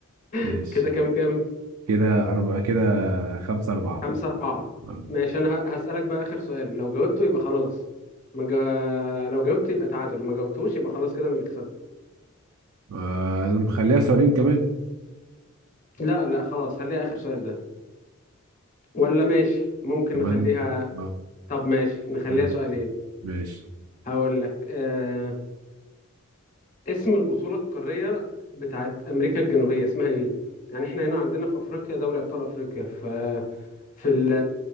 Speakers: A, on the right; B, on the left.
A: ماشي
B: كده كام كام؟
A: كده أربعة كده خمسة أربعة
B: خمسة أربعة
A: آه
B: ماشي أنا ه- هسألك بقى آخر سؤال لو جاوبته يبقى خلاص ما جا... لو جاوبت يبقى تعادل ما جاوبتوش يبقى خلاص كده أنا اللي كسبت
A: آه، مخليها سؤالين كمان
B: لا لا خلاص خليها آخر سؤال ده ولا ماشي ممكن
A: كمان
B: نخليها
A: آه
B: طب ماشي نخليها
A: ماشي
B: سؤالين
A: ماشي
B: هقول لك آه... اسم البطولة القارية بتاعت أمريكا الجنوبية اسمها إيه؟ يعني إحنا هنا عندنا في أفريقيا دوري أبطال أفريقيا في في ال-